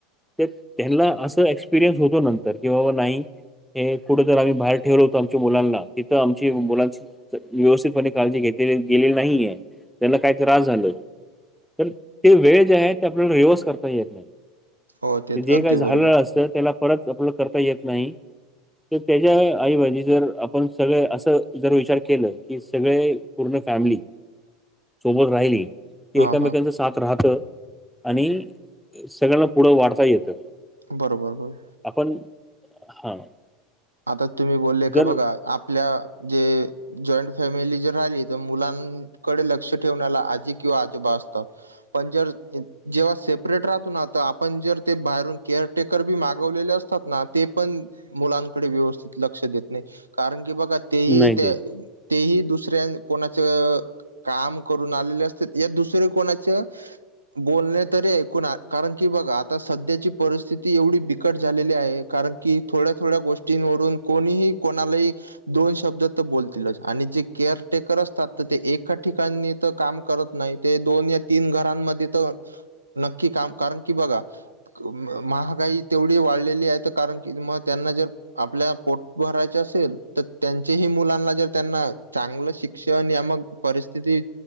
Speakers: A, in the centre; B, on the right.
A: ते त्यांना असं एक्सपिरियन्स होतो नंतर कि नाही हे कुठं जर आम्ही बाहेर ठेवलं होतो, आमच्या मुलांना तिथं आमची मुलांची व्यवस्थितपणे काळजी घेतली गेलेली नाहीये. त्याला काही त्रास झाल, तर ते वेळ जे आहे ते आपल्याला रिव्हर्स करता येत नाही.
B: हो
A: ते जे
B: अगदी
A: काय झालेलं
B: बरोबर.
A: असतं, त्याला परत अपलोड करता येत नाही. तर त्याच्या आईबाजी जर आपण सगळे, असं जर विचार केलं की, सगळे पूर्ण फॅमली सोबत राहिली की,
B: हां,
A: एकामेकास
B: हां.
A: साथ राहत आणि सगळ्यांना पुढं वाढता येतं.
B: बरोबर बरं.
A: आपण हा.
B: आता तुम्ही बोलले
A: जर
B: का बघा? आपल्या जे जॉईंट फॅमिली जर राहिली, तर मुलांकडे लक्ष ठेवण्याला आजी किंवा आजोबा असतात. पण जर जेव्हा सेपरेट राहतो ना, तर आपण जर ते बाहेरून केअर टेकर बी मागवलेले असतात ना, ते पण मुलां कडे व्यवस्थित लक्ष देत नाही. कारण की बघा तेही
A: नाही
B: त्या
A: देत
B: तेही दुसऱ्या कोणाच काम करून आलेले असतेत, या दुसरे कोणाच बोलणे तरी ऐकून हाय कारण की, बघा आता सध्याची परिस्थिती एवढी बिकट झालेली आहे कारण कि थोड्या थोड्या गोष्टींवरून कोणीही, कोणालाही दोन शब्द तर बोलतीलच आणि जे केअर टेकर असतात, तर ते एका ठिकाणी तर, काम करत नाहीत. ते दोन या तीन घरांमध्ये तर नक्की काम, कारण की, बघा महागाई तेवढी वाढलेली आहे, ते कारण की मग त्यांना जर आपल्या पोट भरायचे असेल, तर त्यांचेही मुलांना जर, त्यांना चांगलं शिक्षण या मग परिस्थिती